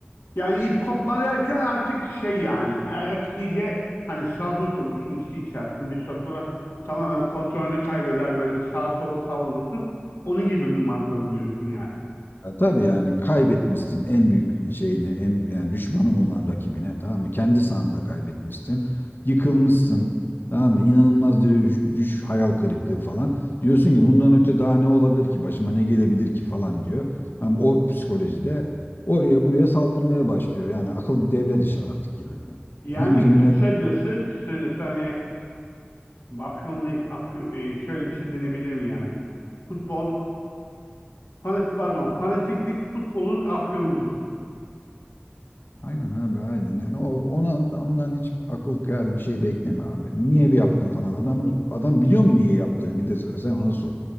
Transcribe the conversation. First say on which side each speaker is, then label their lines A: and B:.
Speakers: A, on the left; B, on the left.
A: Yani ip kopma derken artık şey yani e, artık iyice hani sarhoş olursun, içki içersin. Bir süre sonra tamamen kontrolünü kaybeder böyle bir sağa sola savrulursun. Onun gibi bir manzara diyorsun yani.
B: Ya tabii yani kaybetmişsin en büyük şeyini, en yani düşmanın olan rakibine tamam mı? Kendi sahanda kaybetmişsin. Yıkılmışsın. Tamam mı? İnanılmaz dere- düş hayal kırıklığı falan. Diyorsun ki bundan öte daha ne olabilir ki? Başıma ne gelebilir ki falan diyor. Ama o psikolojide oraya buraya saldırmaya başlıyor. Yani akıl devre dışı artık yani.
A: Yani
B: Hıncını
A: kısacası
B: ne
A: kısacası hani Afyon'la Afyon, e, şöyle bir şey denebilir mi yani? Futbol, fanat, pardon, fanatiklik futbolun afyonudur.
B: Aynen abi aynen yani o ona ondan hiç akıl kârı bir şey bekleme abi. Niye bir yaptın falan. Adam adam biliyor mu niye yaptığını? Bir de sen ona sor.